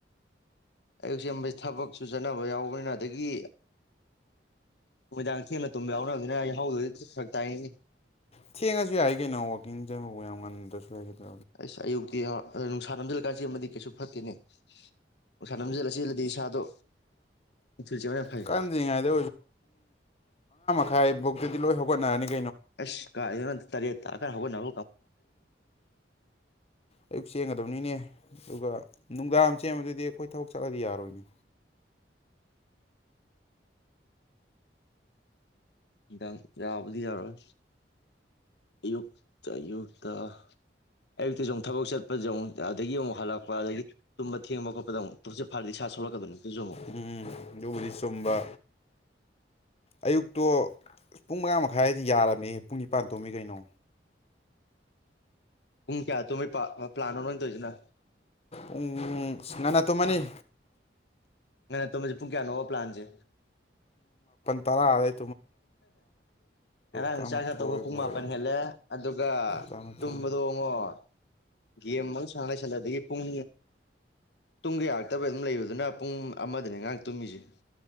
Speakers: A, on the left; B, on the left.
A: ꯑꯌꯨꯛꯁꯦ ꯊꯕꯛꯁꯨ ꯆꯠꯅꯕ ꯌꯥꯎꯕꯅꯤꯅ ꯑꯗꯒꯤ ꯅꯨꯃꯤꯗꯥꯡ ꯊꯦꯡꯅ ꯇꯨꯝꯕ ꯌꯥꯎꯅꯕꯅꯤꯅ ꯌꯥꯍꯧꯗ ꯁꯛ ꯇꯥꯏꯉꯅꯤ
B: ꯊꯦꯡꯉꯁꯨ ꯌꯥꯏ ꯀꯩꯅꯣ ꯋꯥꯛꯀꯤꯡ ꯆꯪꯕꯕꯨ ꯌꯥꯝ ꯉꯝꯗ꯭ꯔꯁꯨ ꯍꯥꯏ ꯀꯩꯅꯣ
A: ꯑꯁ ꯑꯌꯨꯛꯇꯤ ꯅꯨꯡꯁꯥꯟꯅꯕ ꯂꯩ ꯆꯦꯟꯃꯗꯤ ꯀꯩꯁꯨ ꯐꯠꯇꯦꯅꯦ ꯑꯣꯁꯥ ꯅꯝꯖꯜꯂ ꯆꯦꯜꯂꯗꯤ ꯏꯁꯥꯗꯣ ꯅꯨꯡꯊꯤꯜ ꯆꯦꯕ ꯌꯥꯝ ꯐꯩ
B: ꯀꯔꯝꯗ꯭ꯔꯤꯉꯩꯗ ꯍꯥꯏꯥꯏ ꯕꯨꯛꯇꯗꯤ ꯂꯣꯏ ꯍꯧꯒꯠꯅꯔꯅꯤꯒ
A: ꯑꯁ ꯀꯥꯏ ꯇꯔꯤꯑꯦ ꯀꯒꯒꯣ ꯅꯛ
B: ꯑꯌꯨꯛ ꯆꯦꯟꯒꯗꯕꯅꯤꯅꯦ ꯑꯗꯨꯒ ꯅꯨꯡꯗꯥꯡ ꯑꯃ ꯆꯕꯗꯨꯗꯤ ꯑꯩꯈꯣꯏ ꯊꯕꯛ ꯆꯠꯂꯗꯤ ꯌꯥꯔꯣꯏꯅꯦ
A: ꯍꯥꯡ ꯌꯥꯕꯨꯗꯤ ꯌꯥꯔꯣꯏ ꯑꯌꯨꯛꯇ ꯑꯌꯨꯛꯇ ꯑꯌꯨꯛꯇꯁꯨ ꯑꯃꯨꯛ ꯊꯕꯛ ꯆꯠꯄꯗ ꯑꯃꯨꯛ ꯑꯗꯒꯤ ꯑꯃꯨꯛ ꯍꯜꯂꯛꯄ ꯑꯗꯒꯤ ꯇꯨꯝꯕ ꯊꯦꯡꯕ ꯈꯣꯠꯄ ꯗꯨꯛ ꯇꯁꯤ ꯐꯔꯗꯤ ꯏꯁꯥ ꯁꯣꯛꯂꯛꯀꯗ ꯅꯠꯇꯁꯨ ꯑꯃꯨꯛ
B: ꯎꯝ ꯑꯗꯨꯕꯨꯗꯤ ꯆꯨꯝꯕ ꯑꯌꯨꯛꯇꯣ ꯄꯨꯡ ꯃꯉꯥ ꯃꯈꯥꯏꯗꯤ ꯌꯥꯔꯕꯝꯃꯦ ꯄꯨꯡ ꯅꯤꯄꯥꯟ ꯇꯣꯝꯃꯤ ꯀꯩꯅꯣ
A: ꯄꯨꯡ ꯀꯌꯥ ꯇꯨ ꯃꯩ ꯄ ꯄ꯭ꯂꯥꯟ ꯑꯃ ꯑꯣꯏꯅ ꯇꯣꯏꯔꯤꯁꯤꯅ
B: ꯎꯝ ꯁꯅꯅ ꯇꯣ ꯃꯅꯤ
A: ꯉꯅ ꯇ ꯄꯨꯡ ꯀꯌꯥ ꯅ ꯋꯥ ꯄ꯭ꯂꯥꯟꯁꯦ
B: ꯇꯔꯥꯦ
A: ꯉꯔꯥꯡ
B: ꯇꯔꯥꯃꯥꯊꯣꯏ
A: ꯆꯥꯛ ꯆ ꯇꯧꯕ ꯄꯨꯡ
B: ꯕꯥꯔꯣ
A: ꯃꯥꯄꯟ ꯍꯦꯜꯂꯦ ꯑꯗꯨꯒ
B: ꯇꯔꯥꯃꯥꯊꯣꯏ
A: ꯇꯨꯝꯕꯗ ꯍꯡꯉꯣ ꯒꯦꯝ ꯑꯃꯁ ꯁꯥꯡ ꯂꯩꯁꯜꯂꯛꯗꯒꯤ ꯄꯨꯡ ꯇꯨꯡꯒꯤ ꯌꯥꯔꯛꯇꯕꯩ ꯑꯗꯨꯝ ꯂꯩꯕꯗꯨꯅ ꯄꯨꯡ ꯑꯃꯗꯅꯦ ꯉꯥꯡ ꯇꯨꯝꯃꯤꯁꯦ